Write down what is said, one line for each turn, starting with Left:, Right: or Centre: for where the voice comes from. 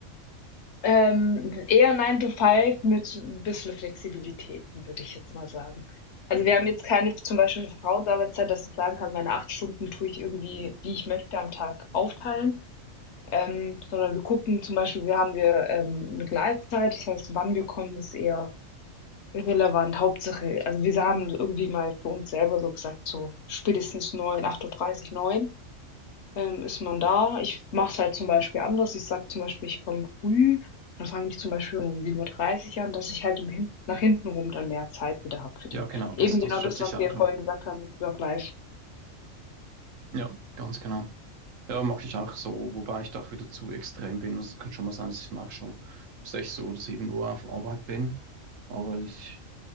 Left: Ähm, eher 9 to five mit 'n bisschen Flexibilitäten, würde ich jetzt mal sagen. Also,
Right: Mhm.
Left: wir haben jetzt keine zum Beispiel Vertrauensarbeitszeit, dass ich sagen kann, meine 8 Stunden tue ich irgendwie, wie ich möchte, am Tag aufteilen, ähm, sondern wir gucken zum Beispiel wir haben wir, ähm, 'ne Gleitzeit, das heißt, wann wir kommen, ist eher irrelevant. Hauptsache also, wir haben irgendwie mal für uns selber so gesagt, so spätestens neun acht Uhr dreißig neun. Ähm, ist man da ich mache es halt zum Beispiel anders. Ich sage zum Beispiel, ich komme früh, dann fange ich zum Beispiel um 7:30 an, dass ich halt im hin nach hinten rum dann mehr Zeit wieder habe für die.
Right: Ja, genau, das,
Left: Eben
Right: das
Left: genau
Right: schätze
Left: das, was
Right: ich auch.
Left: wir ja
Right: Ja,
Left: vorhin gesagt haben mit Work-Life-Balance.
Right: Ja, ganz genau. Ja, mache ich auch so, wobei ich da auch wieder zu extrem bin. Also es kann schon mal sein, dass ich nach schon 6 oder 7 Uhr auf Arbeit bin. Aber ich